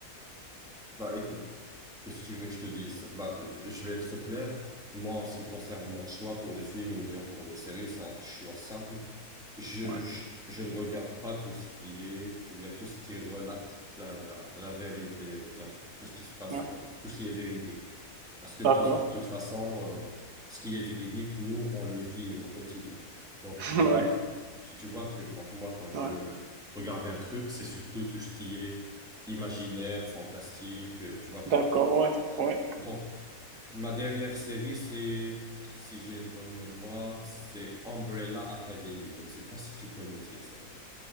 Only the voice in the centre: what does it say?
Bah écoute, qu'est-ce que tu veux que je te dise? Bah, je vais être clair. Moi, en ce qui concerne mon choix pour les films ou bien pour les séries, c'est un choix simple. Je,
je, je ne regarde pas tout ce qui est, ou bien tout ce qui relate la, la, la vérité, ou bien tout ce qui se passe,
euh, tout ce qui est véridique. Parce que
tout, de toute façon, euh, ce qui est véridique, nous, on le vit au quotidien. Donc moi,
tu, tu vois le truc. Donc moi, quand je
veux regarder un truc, c'est surtout tout ce qui est imaginaire, fantastique, euh, tu vois, truc.
OK.
Donc, ma dernière série, c'est, si j'ai une bonne mémoire, c'est Umbrella Academy. Je ne sais pas si tu connais cette série.